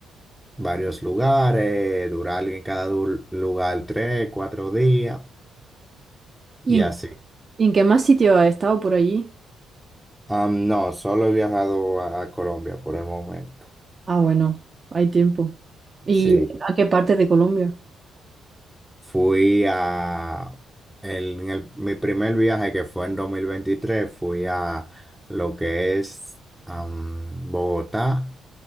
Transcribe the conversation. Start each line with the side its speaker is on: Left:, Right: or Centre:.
Centre: varios lugares, durar en cada du- lugar 3 4 días
Right: ¿Y
Centre: y
Right: en,
Centre: así.
Right: y en qué más sitio has estado por allí?
Centre: Am, no, solo he viajado a, a Colombia por el momento.
Right: Ah, bueno, hay tiempo. ¿Y
Centre: Sí,
Right: a qué parte de Colombia?
Centre: fui a, el- en el- mi primer viaje que fue en 2023 fui a lo que es am, Bogotá